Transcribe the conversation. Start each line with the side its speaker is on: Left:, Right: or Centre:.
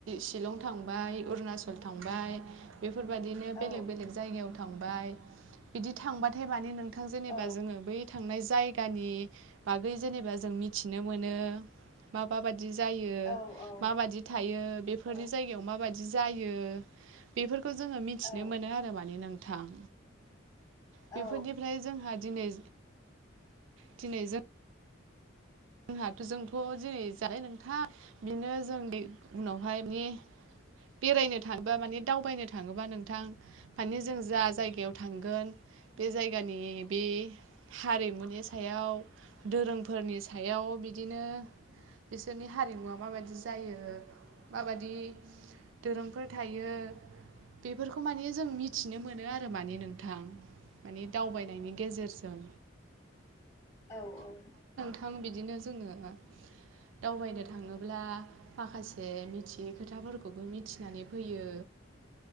Right: सिलं थांबाय अरुनाचल थांबाय बेफोरबायदिनो बेलेक
Left: औ
Right: बेलेग जायगायाव थांबाय बिदि थांबा नाथाय माने नोंथां जेनेबा
Left: औ
Right: जोङो बै थांनाय जायगानि बा बै जेनेबा जों मिथिनो मोनो। माबाबादि जायो
Left: औ
Right: माबादि थायो बेफोरनि
Left: औ
Right: जायगायाव माबादि जायो बेफोरखौ जोङो मिथिनो
Left: औ
Right: मोनो आरो माने नोंथां। बेफोरनिफ्राय
Left: औ
Right: जोंहा दिनै दिनै जों जोंहाथ जोंथ जेरै जानाय नोंथा बेनो जों उनाव बेवहाय माने बेरायनो थांदों। बा माने दावबायनो थाङोबा नोंथां माने जों जा जायगायाव थांगोन। बे जायगानि बे हारिमुनि सायाव दोरोंफोरनि फिथाइयाव बिदिनो बिसोरनि हारिमुवा माबायदि जायो। माबादि दोरोंफोर थायो। बेफोरखौ माने जों मिथिनो मोनो आरो माने नोंथां। माने दावबायनायनि गेजेरजों
Left: औ औ
Right: थां बिदिनो जोङो दावबायनो थाङोब्ला माखासे मिथियै खोथाफोरखौबो मिथिनानै फैयो।